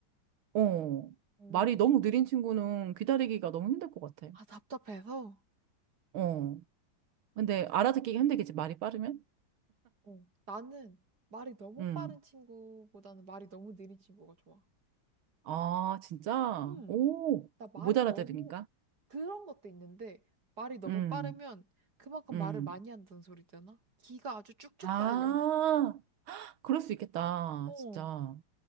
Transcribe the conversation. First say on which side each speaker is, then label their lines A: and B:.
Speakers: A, on the right; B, on the right.
A: 어,
B: 오.
A: 말이 너무 느린 친구는 기다리기가 너무 힘들 것 같아.
B: 아, 답답해서.
A: 어, 근데 알아듣기가 힘들겠지. 말이 빠르면?
B: 어, 나는 말이 너무
A: 음,
B: 빠른 친구보다는 말이 너무 느린 친구가 좋아.
A: 아, 진짜?
B: 음,
A: 오,
B: 나 말이
A: 못 알아들으니까?
B: 너무 그런 것도 있는데 말이 너무
A: 음,
B: 빠르면 그만큼
A: 음.
B: 말을 많이 한다는 소리잖아. 기가 아주 쭉쭉
A: 아,
B: 빨려.
A: 그럴 수 있겠다.
B: 어,
A: 진짜.